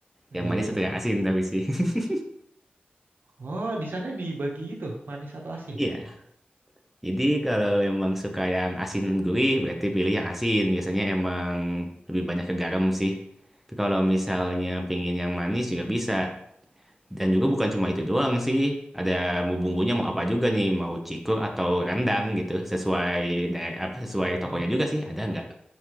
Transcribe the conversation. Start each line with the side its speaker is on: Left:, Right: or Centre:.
Right: Iya,
Centre: Yang manis satu
Right: iya.
Centre: yang asin tapi sih. <laughs>
Right: Oh, di sana dibagi gitu, manis atau asin?
Centre: Iya. Jadi kalau emang suka yang asin gurih, berarti pilih yang asin. Biasanya emang lebih banyak ke garam sih. Tapi kalau misalnya pingin yang manis juga bisa. Dan juga bukan cuma itu doang sih. Ada mau bumbunya mau apa juga nih, mau cikur atau rendang gitu. Sesuai daerah apa sesuai tokonya
Right: Heeh.
Centre: juga sih, ada nggak?